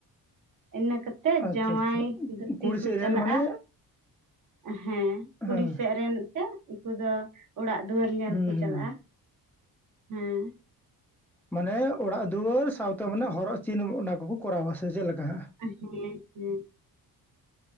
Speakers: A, on the right; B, in the centre.
A: ᱤᱱᱟᱹ ᱠᱟᱛᱮ ᱛᱮᱜ
B: ᱟᱪᱪᱷᱟ
A: ᱡᱟᱶᱟᱭ
B: ᱟᱪᱪᱷᱟ
A: ᱜᱟᱹᱛᱤ
B: ᱠᱩᱲᱤ ᱥᱮᱫ
A: ᱠᱚ ᱪᱟᱞᱟᱜ-ᱟ᱾
B: ᱨᱮᱱ ᱢᱟᱱᱮ
A: ᱦᱮᱸ ᱠᱩᱲᱤ
B: ᱦᱮᱸ
A: ᱥᱮᱜ ᱨᱮᱱ ᱮᱱᱛᱮᱜ ᱩᱱᱠᱩ ᱫᱚ ᱚᱲᱟᱜ ᱫᱩᱣᱟᱹᱨ, ᱧᱮᱞ
B: ᱦᱩᱸ
A: ᱠᱚ
B: ᱦᱩᱸ
A: ᱪᱟᱞᱟᱜᱼᱟ ᱦᱮᱸ,
B: ᱢᱟᱱᱮ ᱚᱲᱟᱜ ᱫᱩᱣᱟᱹᱨ ᱥᱟᱶᱛᱮ ᱢᱟᱱᱮ ᱦᱚᱨᱚᱜ ᱪᱤᱱ ᱚᱱᱟ ᱠᱚᱠᱚ ᱠᱚᱨᱟᱣᱟ ᱥᱮ ᱪᱮᱜ ᱞᱮᱠᱟ ᱦᱟᱸᱜ?
A: ᱦᱮᱸ ᱦᱮᱸ ᱦᱮᱸ,